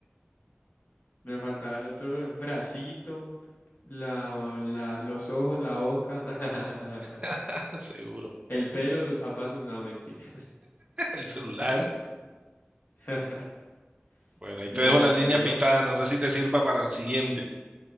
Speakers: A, on the left; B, on the right.
A: Me faltaba el otro bracito, la, la, los ojos, la boca, <laughs>
B: <laughs> Seguro.
A: el pelo, los zapatos, no, mentira.
B: El celular.
A: <laughs>
B: Bueno, ahí
A: El
B: te dejo las líneas
A: reloj.
B: pintadas. No sé si te sirva para el siguiente.